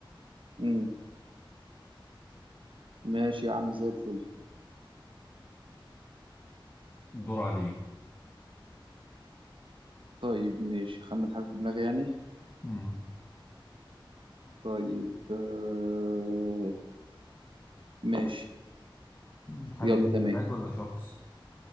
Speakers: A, on the right; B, on the left.
A: امم ماشي يا عم زي الفل
B: الدور عليك
A: طيب ماشي خمن حاجه في دماغي يعني
B: امم
A: طيب آه... ماشي
B: الحاجة
A: يلا
B: دي
A: تمام
B: جماد ولا شخص